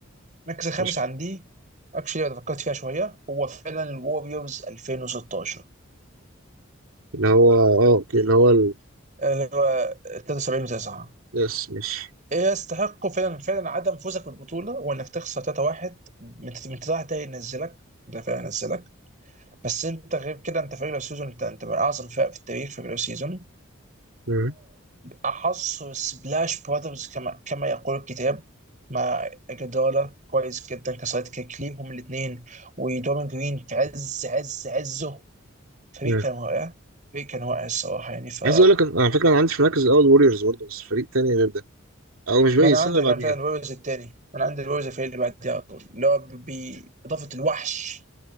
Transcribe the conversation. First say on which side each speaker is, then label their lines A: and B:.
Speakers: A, on the right; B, on the right.
A: المركز الخامس
B: ماشي
A: عندي اكشلي انا فكرت فيها شويه هو فعلا الوريورز 2016
B: اللي هو اه اوكي اللي هو ال...
A: اللي هو 73 و9
B: يس ماشي
A: يستحقوا فعلا فعلا عدم فوزك بالبطوله وانك تخسر 3-1 من من 9 ده ينزلك ده فعلا ينزلك بس انت غير كده انت فريق لو سيزون انت انت من اعظم الفرق في التاريخ في الريجولار سيزون
B: مم.
A: احص سبلاش براذرز كما كما يقول الكتاب مع جدالة كويس جدا كسايد كيك ليهم الاثنين ودوران جرين في عز عز عزه فريق
B: مم.
A: كان واقع فريق كان واقع الصراحه يعني ف
B: عايز اقول لك أنا- على فكره انا عندي في المركز الاول ووريرز برضه بس فريق تاني غير ده او مش باقي
A: ما انا
B: السنه
A: عندي
B: اللي
A: كان
B: بعديها
A: فعلا الويرز الثاني انا عندي الويرز الفريق اللي بعديه على طول اللي هو باضافه الوحش